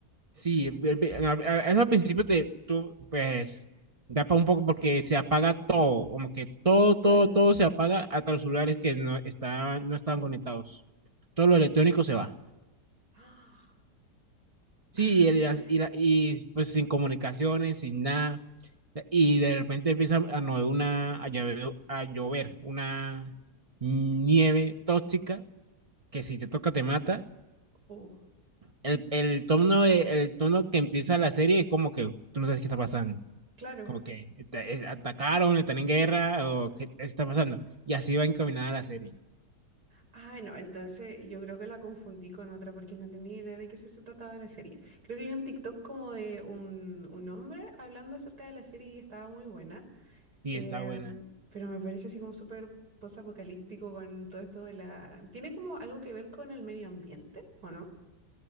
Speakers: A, on the right (about 25°); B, on the right (about 60°).
A: Sí, el- el- a- eso al principio te, tú, pues, da para un poco porque se apaga todo, como que todo,
B: claro.
A: todo, todo se apaga hasta los celulares que no estaban, no estaban conectados. Todo lo electrónico se va.
B: ¡Ah!
A: Sí,
B: Ah,
A: y, el- y y la- y, pues sin comunicaciones, sin nada. Y de repente empieza a, no, una, a, llover, a llover, una nieve tóxica que si te toca te mata.
B: oh.
A: El, el tono de, el tono que empieza la serie es como que tú no sabes qué está pasando.
B: Claro.
A: Como que te- eh, atacaron, están en guerra, o qué está pasando. Y así va encaminada la serie.
B: Ah, no, entonces yo creo que la confundí con otra porque no tenía idea de qué eso se trataba la serie. Creo que vi un TikTok como de un, un hombre hablando acerca de la serie y estaba muy buena,
A: Sí,
B: Em,
A: está buena.
B: pero me parece así como súper post-apocalíptico con todo esto de la... ¿Tiene como algo que ver con el medio ambiente o no?